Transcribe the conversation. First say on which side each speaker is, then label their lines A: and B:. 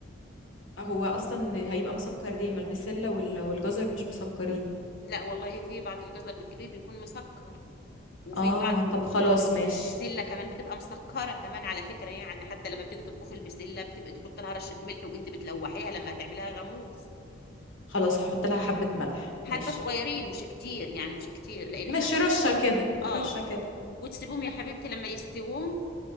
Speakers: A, on the left; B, on the left.
A: هو اصلا هيبقى مسكر ليه ما البسله وال- والجزر مش مسكرين
B: لا والله في بعض الجزر بتجيبيه بيكون مسكر وفي
A: اه
B: بعض
A: طب
B: والب-
A: خلاص ماشي
B: والبسله كمان بتبقى مسكره كمان على فكره يعني حتى لما بتيجي تطبخي البسله بتبقى تحط لها رشه ملح وانت بتلوحيها لما هتعمليها غاموس
A: خلاص هحط لها حبه ملح
B: حبه
A: ماشي
B: صغيرين مش كتير يعني مش كتير لان احنا
A: ماشي
B: ح-
A: رشه كده
B: اه
A: رشه كده
B: اه وتسيبهم يا حبيبتي لما يستوهم